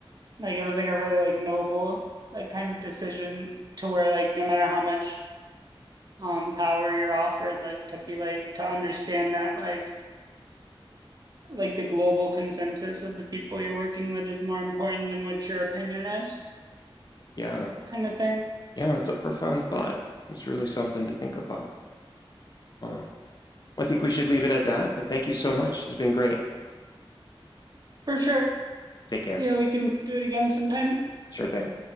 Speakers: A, on the right; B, on the left.
A: like it was like a really like noble like kind of decision to where like no matter how much um power you're offered like to be like to understand that like like the global consensus of the people you're working with is more important than what your opinion is
B: yeah,
A: kind of thing
B: yeah, it's a profound thought. It's really something to think about. Wow. Well, I think we should leave it at that. But thank you so much. It's been great.
A: for sure
B: Take care.
A: yeah we can do it again sometime
B: Sure thing.